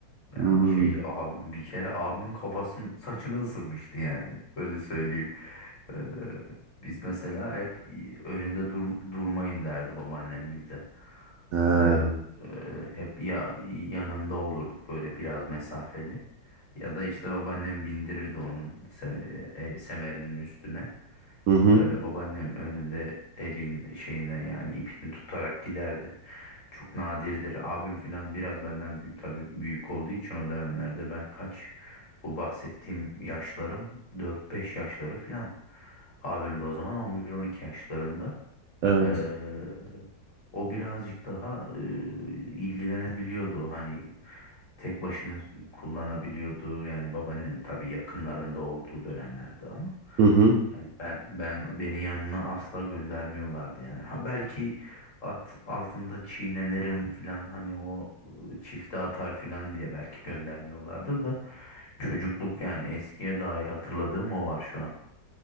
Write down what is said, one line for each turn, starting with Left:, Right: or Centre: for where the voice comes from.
Left: Yani
Right: Hmm.
Left: şey abim bir kere abimin kafasının saçını ısırmıştı yani. Böyle söyleyeyim. Ee, biz mesela hep önünde dur- durmayın derdi babaannem bize.
Right: Ha.
Left: Böyle e, hep ya yanında olurduk böyle biraz mesafeli. Ya da işte babaannem bindirirdi onun se- e, semerinin üstüne.
Right: Hı hı.
Left: Öyle babaannem önünde elin şeyinden yani ipini tutarak giderdi. Çok nadirdir. Abim filan biraz benden büyük, tabii büyük olduğu için o dönemlerde ben kaç bu bahsettiğim yaşlarım dört beş yaşları filan. Abim de o zaman on bir on iki yaşlarında.
Right: Evet.
Left: Ee, o birazcık daha e, ilgilenebiliyordu hani tek başına kullanabiliyordu yani babaannem tabii yakınlarında olduğu dönemlerde ama
Right: Hı hı.
Left: yani ben ben beni yanına asla göndermiyorlardı yani ha belki at altında çiğnenirim filan hani o e, çifte atar filan diye belki göndermiyorlardır da çocukluk yani eskiye dair hatırladığım o var şu an